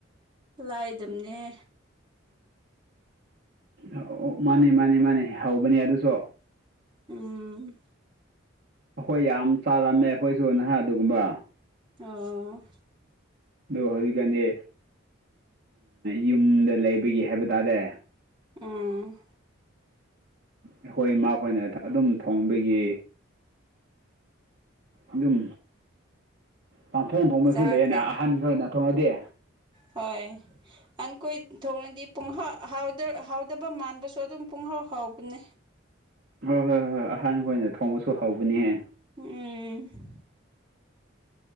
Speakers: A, on the right (about 25°); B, on the right (about 45°).
A: ꯂꯥꯏꯗꯝꯗꯝꯅꯦ
B: ꯑꯣ ꯃꯥꯅꯤ ꯃꯥꯅꯤ ꯃꯥꯅꯤ ꯍꯧꯕꯅꯤ ꯑꯗꯨꯁꯨ
A: ꯎꯝ
B: ꯑꯩꯈꯣꯏ ꯌꯥꯝ ꯆꯥꯔꯝꯃꯦ ꯑꯩꯈꯣꯏꯁꯨ ꯅꯍ ꯑꯗꯨꯒꯨꯝꯕ
A: ꯑ
B: ꯑꯗꯨ ꯍꯧꯖꯤꯛꯀꯥꯟꯗꯤ ꯌꯨꯝꯗ ꯂꯩꯕꯒꯤ ꯍꯥꯏꯕ ꯇꯥꯔꯦ
A: ꯎꯝ
B: ꯑꯩꯈꯣꯏ ꯏꯃꯈꯣꯏꯅ ꯑꯗꯨꯝ ꯊꯣꯡꯕꯒꯤ ꯑꯗꯨꯝ ꯄꯥꯡꯊꯣꯛ ꯊꯣꯡꯅ
A: ꯆꯥꯈ꯭ꯔꯦ
B: ꯁ ꯂꯩꯛꯑꯦꯅ ꯑꯍꯥꯟꯕꯒꯤꯈ ꯑꯣꯏꯅ ꯊꯣꯡꯉꯗꯤ
A: ꯍꯣꯏ ꯑꯈꯣꯏ ꯊꯣꯡꯡꯂꯗꯤꯍꯥꯎ ꯍꯥꯎꯗꯕ ꯃꯥꯟꯕꯁꯨ ꯑꯗꯨꯝ ꯄꯨꯡꯍꯥꯎ ꯍꯥꯎꯕꯅꯦ
B: ꯍꯣꯏ ꯍꯣꯏ ꯍꯣꯏ ꯍꯣꯏ ꯑꯍꯥꯟꯕ ꯑꯣꯏꯅ ꯊꯣꯡꯕꯁꯨ ꯍꯧꯕꯅꯤꯍꯦ
A: ꯎꯝ